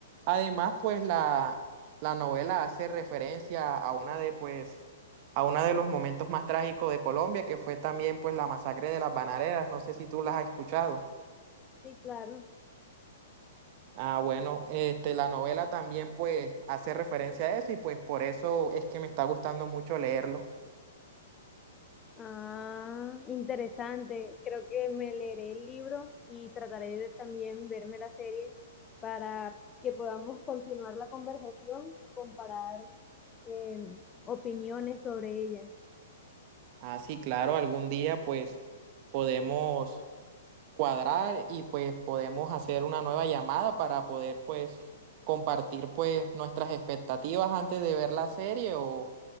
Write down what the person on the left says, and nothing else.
Sí, claro.
Ah, interesante. Creo que me leeré el libro y trataré de también verme la serie para que podamos continuar la conversación y comparar eh, opiniones sobre ella.